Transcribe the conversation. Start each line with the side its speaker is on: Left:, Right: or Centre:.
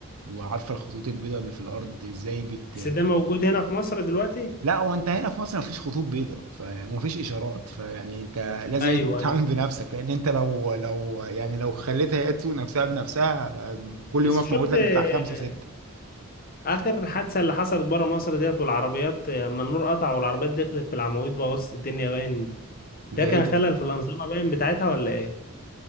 Right: وعارفه الخطوط البيضاء اللي في الارض ازاي بت
Left: بس ده موجود هنا في مصر دلوقتي
Right: لا هو انت هنا في مصر مفيش خطوط بيضاء فيعني مفيش اشارات فيعني انت لازم
Left: ايوه
Right: <laughs> انت تتعامل
Left: ايوه
Right: بنفسك لان انت لو لو يعني لو خليتها هي تسوق نفسها بنفسها كل
Left: بس
Right: يوم هتموت
Left: شفت
Right: لك
Left: آه،
Right: بتاع خمسه سته
Left: اخر حادثه اللي حصلت بره مصر ديت والعربيات اما النور قطع والعربيات دخلت في العواميد بوظت الدنيا باين
Right: ده
Left: ده كان
Right: ايه ده
Left: خلل في الانظمه باين بتاعتها ولا ايه